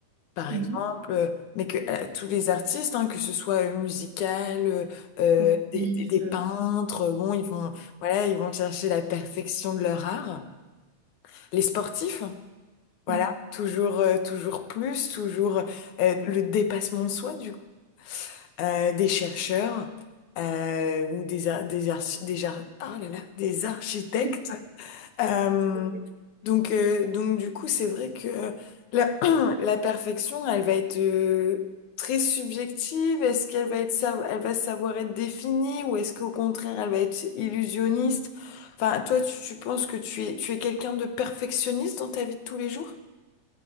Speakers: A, on the left; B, on the right.
A: par
B: Mhm.
A: exemple, euh, mais que euh, tous les artistes, hein, que ce soit euh, musical, euh, euh,
B: sportif.
A: des, des- des
B: euh,
A: peintres, euh, bon, ils vont, voilà, ils vont chercher la perfection de leur art. Les sportifs, voilà,
B: mm. <laughs>
A: toujours, euh, toujours plus, toujours euh, le dépassement de soi, du coup. Euh, des chercheurs euh, ou des, ar- des, archi- des, jar- ah là là, des architectes.
B: Oui,
A: Euh,
B: tout à fait.
A: donc, euh, donc du coup, c'est vrai que euh, la, <clears throat> la perfection, elle va être euh, très subjective. Est-ce qu'elle va être, sa- elle va savoir être définie ou est-ce qu'au contraire, elle va être illusionniste? Enfin, toi, tu, tu penses que tu es, tu es quelqu'un de perfectionniste dans ta vie de tous les jours?